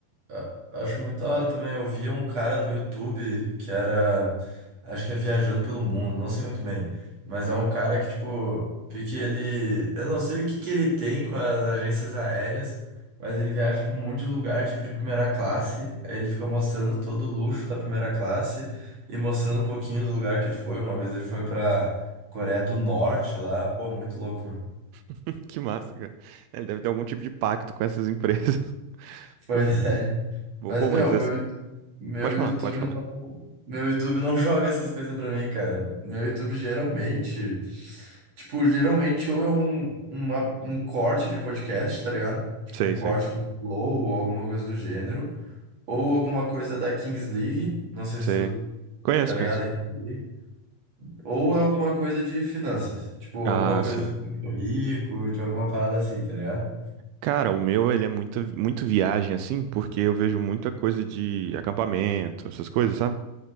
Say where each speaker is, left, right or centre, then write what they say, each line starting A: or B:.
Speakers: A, on the right (about 40°); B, on the right (about 80°).
A: a- acho muito da hora também. Eu via um cara no YouTube que era, acho que é Viajando pelo Mundo, não sei muito bem, mas é um cara que, tipo, pique ele, eu não sei o que que ele tem com as agências aéreas, mas ele viaja pra um monte de lugar, tipo, de primeira classe, aí ele fica mostrando todo o luxo da primeira classe e mostrando um pouquinho do lugar que ele foi. Uma vez ele foi pra Coreia do Norte lá, pô, muito louco,
B: <laughs> Que massa, cara. É, Ele deve ter algum tipo de pacto com essas empresas. <laughs>
A: Pois
B: Porque,
A: é. Mas,
B: pô,
A: meu,
B: mas
A: meu,
B: assim,
A: meu
B: pode falar,
A: YouTube
B: pode falar.
A: não, meu YouTube não joga essas coisas pra mim, cara. Meu YouTube geralmente, tipo, geralmente ou é um, uma, um corte de podcast, tá ligado? Tipo,
B: Sei,
A: um corte
B: sei.
A: do Flow ou alguma coisa do gênero. Ou alguma coisa da Kings League. Não sei se
B: Sei.
A: tu
B: Conheço,
A: tá ligado
B: conheço.
A: a Kings League. Ou é alguma coisa de finanças. Tipo, alguma
B: Ah,
A: coisa
B: sim.
A: do Primo Rico, de alguma parada assim, tá ligado?
B: Cara, o meu, ele é muito, muito viagem, assim, porque eu vejo muita coisa de acampamento, essas coisas, sabe?